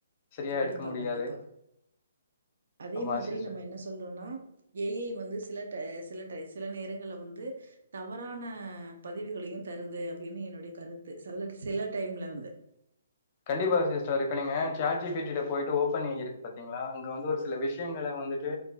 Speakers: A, on the left; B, on the right.
A: சரியா
B: கண்டிப்பா
A: எடுக்க முடியாது
B: கண்டிப்பா அதே
A: ஆமா
B: மாதிரி
A: சிஸ்டர்
B: நம்ம என்ன சொல்றோனா ஏ ஐ வந்து சில டை சில டை சில நேரங்கள்ல வந்து தவறான பதிவுகளையு தருது அப்டினு என்னுடைய கருத்து சல் சில டைம்ல வந்து
A: கண்டிப்பா சிஸ்டர் இப்ப நீங்க சாட் ஜி பிடில போய்ட்டு ஓபன் இருக் பாத்தீங்ளா அங்க வந்து ஒரு சில விஷ்யங்கள வந்துட்டு